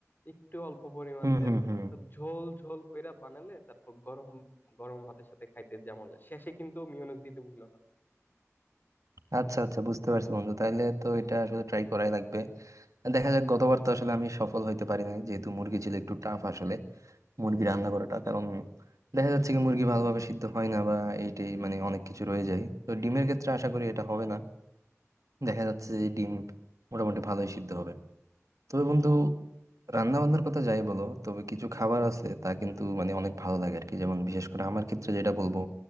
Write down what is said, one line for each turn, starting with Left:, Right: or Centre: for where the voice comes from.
Left: একটু অল্প পরিমাণ
Right: হুম
Left: তেল
Right: হুম
Left: দিবা
Right: হুম
Left: তো ঝোল ঝোল কইরা বানালে তারপর গরম গরম ভাতের সাথে খাইতে যা মজা শেষে কিন্তু মিয়োনিজ দিতে ভুলো না
Right: আচ্ছা আচ্ছা বুঝতে পারছি বন্ধু তাইলে তো এটা আসলে ট্রাই করাই লাগবে দেখা যাক গতবার তো আসলে আমি সফল হইতে পারিনি যেহেতু মুরগি ছিল একটু টাফ আসলে মুরগি রান্না করাটা কারণ দেখা যাচ্ছে কি মুরগি ভালোভাবে সিদ্ধ হয় না বা এইটাই মানে অনেক কিছু রয়ে যায় তো ডিমের ক্ষেত্রে আশা করি এটা হবে না দেখা যাচ্ছে যে ডিম মোটামুটি ভালোই সিদ্ধ হবে তবে বন্ধু রান্না বান্নার কথা যাই বলো তবে কিছু খাবার আছে তা কিন্তু মানে অনেক ভালো লাগে আর কি যেমন বিশেষ করে আমার ক্ষেত্রে যেটা বলবো